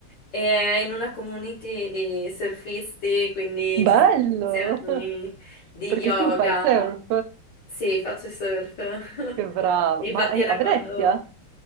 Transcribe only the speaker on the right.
bello!
<laughs>
Perché
tu fai surf?
Che brava.
Ma è-
a Venezia?